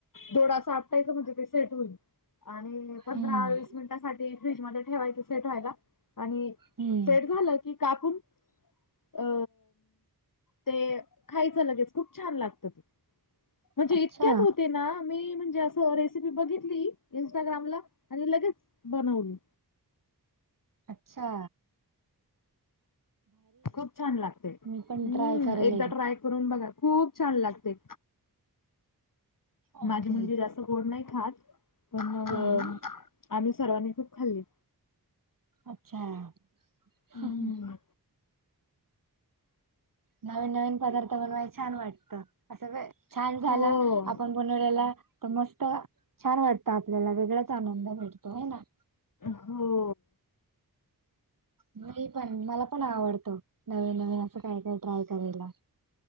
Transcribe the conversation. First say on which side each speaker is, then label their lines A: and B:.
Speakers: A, on the left (about 55°); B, on the right (about 60°).
A: थोड असं आपटायचं म्हणजे ते सेट होईल. आणि पंधरा
B: हम्म
A: वीस मिनिटांसाठी फ्रीजमध्ये ठेवायच. आणि
B: हम्म
A: सेट झालं की कापून अ ते खायचं लगेच खूप छान लागतं. म्हणजे
B: अच्छा
A: इतक्यात हो ते ना मी म्हणजे असं रेसिपी बघितली इंस्टाग्रामला आणि लगेच बनवली.
B: आच्छा.
A: खूप छान लागते
B: मी पण
A: हम्म
B: ट्राय करेल
A: एकदा ट्राय करून बघा खूप छान लागते.
B: ओके
A: माझी मुलगी जास्त गोड नाही खात, पण मग
B: हम्म
A: आम्ही सर्वांनी खूप खाल्ली.
B: आच्छा <unintelligible>
A: हम्म
B: नवीन नवीन पदार्थ बनवाय छान वाटत असं छान झाला
A: हो
B: आपण बनवल्याला तर मस्त छान वाटतं, आपल्याला वेगळाच आनंद भेटतो व्हय ना?
A: हो.
B: मी पण मला पण आवडतो नवीन नवीन असं काय काय ट्राय करायला.